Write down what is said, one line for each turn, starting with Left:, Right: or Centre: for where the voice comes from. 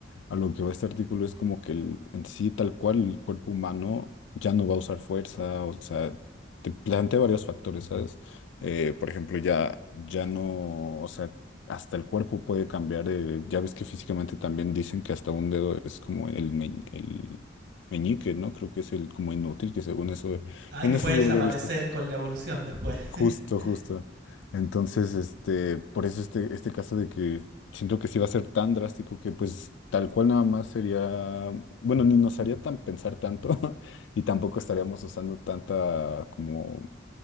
Left: a lo que va este artículo es como que el- en sí, tal cual, el cuerpo humano ya no va a usar fuerza, o sea, te plantea varios factores, ¿sabes? eh, por ejemplo, ya, ya no, o sea, hasta el cuerpo puede cambiar. eh, ya ves que físicamente también dicen que hasta un dedo es como el, meñ- el meñique, ¿no? Creo que es el como inútil, que según eso,
Right: Ay,
Left: bueno,
Right: que
Left: eso
Right: puede
Left: yo
Right: desaparecer
Left: lo había visto.
Right: con la evolución después. <laughs>
Left: Justo, justo. Entonces, este, por eso este, este caso de que siento que sí va a ser tan drástico que pues tal cual nada más sería, bueno, ni nos haría tan pensar tanto <laughs> y tampoco estaríamos usando tanta como